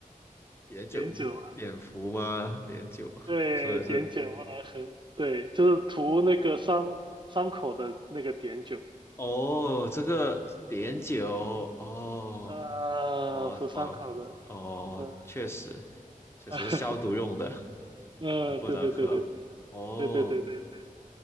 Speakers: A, on the left; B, on the right.
A: 碘酒，
B: 碘酒，
A: 碘伏吗？碘酒，
B: 对，
A: 你说的是？
B: 碘酒不能喝，对，就是涂那个伤伤口的那个碘酒，
A: 哦，这个碘酒，哦，
B: 呃，
A: 我仿，
B: 涂伤口的，
A: 哦，
B: 呃
A: 确实，确实是消毒用的。
B: 嗯，<laughs> 呃，
A: 很不能喝。
B: 对对对对对
A: 哦，
B: 对对对对